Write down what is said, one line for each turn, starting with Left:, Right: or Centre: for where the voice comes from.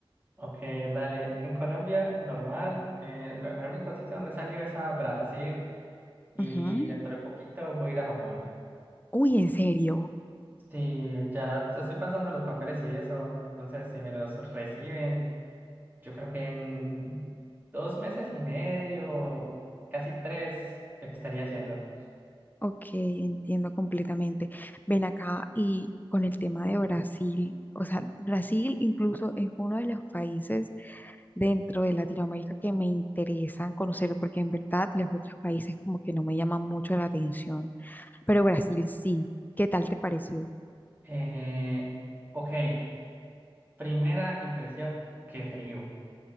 Right: Ok, dale. En Colombia, normal. eh, lo- el único sitio donde he salido es a Brasil. Y
Left: Ujú.
Right: dentro de poquito voy a ir a Japón.
Left: Uy, ¿en serio?
Right: Sí, ya estoy pensando en los papeles y eso. Entonces, si me los reciben, yo creo que en dos meses y medio, casi tres, estaría yendo.
Left: Ok, entiendo completamente. Ven acá y con el tema de Brasil, o sea, Brasil incluso es uno de los países dentro de Latinoamérica que me interesa conocer porque en verdad los otros países como que no me llaman mucho la atención, pero Brasil sí. ¿Qué tal te pareció?
Right: Eh, ok. Primera impresión, qué frío.